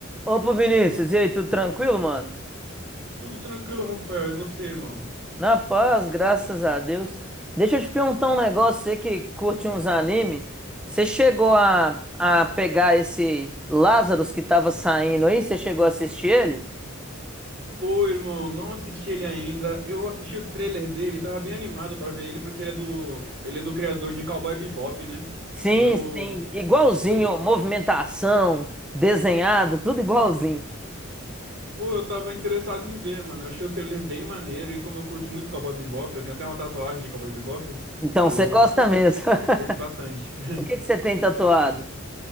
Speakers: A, in the centre; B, on the right.
A: Opa, Vinícius, e aí, tudo tranquilo, mano?
B: Tudo tranquilo, Rafael. E você, irmão?
A: Na paz, graças a Deus. Deixa eu te perguntar um negócio, você que curte uns anime, você chegou a, a pegar esse Lazarus que tava saindo aí? Você chegou a assistir ele?
B: Pô, irmão, não assisti ele ainda. Eu assisti o trailer dele, tava bem animado pra ver ele, porque ele é do, ele é do criador de Cowboy Bebop, né?
A: Sim,
B: E eu,
A: sim, igualzinho,
B: eu,
A: movimentação, desenhado, tudo igualzinho.
B: pô, eu tava interessado em ver, mano. Eu achei o trailer bem maneiro e como eu curto muito Cowboy Bebop, eu tenho até uma tatuagem de Cowboy Bebop,
A: Então,
B: eu
A: você gosta
B: cu-
A: mesmo. <laughs>
B: curto bastante. <laughs>
A: O que que você tem tatuado?